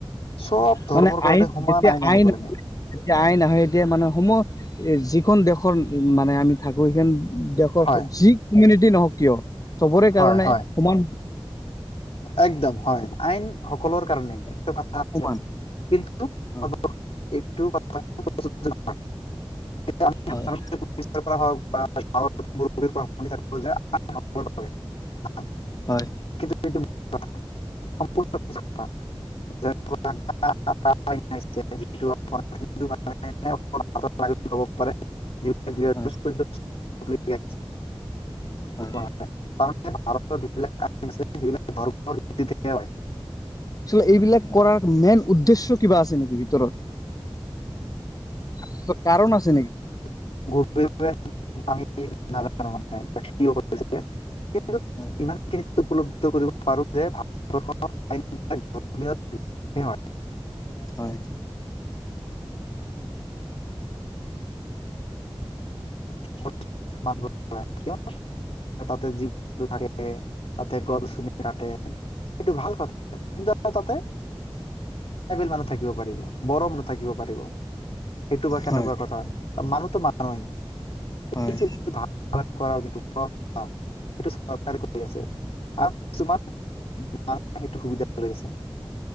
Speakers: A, on the left; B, on the left.
A: সব ধৰ্মৰ
B: মানে
A: কাৰণে
B: আইন
A: সমান
B: যেতিয়া
A: আনিব
B: আইন
A: লাগে
B: তেতিয়া আইন আহে এতিয়া মানে সমহ যিখন দেশৰ মানে আমি থাকো সেইখন দেশৰ
A: হয়
B: যি কমিনিটি নহওক কিয় চবৰে
A: হয়
B: কাৰণে
A: হয়
B: সমান
A: একদম হয় আইন সকলৰ কাৰণে এটা কথা আছে
B: সমান
A: কিন্তু
B: অ
A: <unintelligible> <unintelligible> আমি
B: হয়
A: সাধাৰণতে পুলিচৰ পৰা হওক বা <unintelligible> <unintelligible>
B: হয়
A: কিন্তু এইটো ভুল কথা সম্পুৰ্ণ মিছা কথা <unintelligible>
B: হয়
A: <unintelligible>
B: হয় হয়
A: পাৰে <unintelligible> ভাৰতৰ যিবিলাক আইন আছে সেইবিলাক ভাৰতৰ <unintelligible> হয়
B: চল এইবিলাক কৰাৰ মেইন উদ্দেশ্য কিবা আছে নিকি ভিতৰত ক কাৰণ আছে নিকি
A: <unintelligible> <unintelligible> ইমান খিনি উপলব্ধ কৰিব
B: হয়
A: পাৰোঁ যে ভাৰতবৰ্ষৰ আইন <unintelligible>
B: হয়
A: <unintelligible> কিয় তাতে জীৱ-জন্তু থাকে তাতে গছ <unintelligible> নি কাটে এইটো ভাল কথা। কিন্তু তাতে ট্ৰাইবেল মানুহ থাকিব পাৰিব, বড়ো মানুহ থাকিব পাৰিব। সেইটো বা কেনেকুৱা
B: হয়
A: কথা ত মানুহ তো মান <unintelligible>
B: হয়
A: আৰু কিছুমানু সেইটো সুবিধা কৰি আছে।